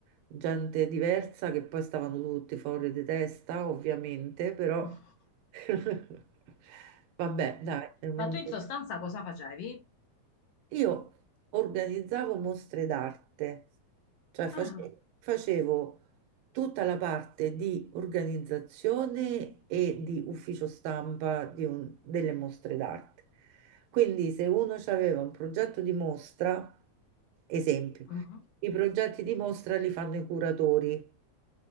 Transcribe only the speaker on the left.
<laughs>
Ma tu in sostanza cosa facevi?
Ah,
mm.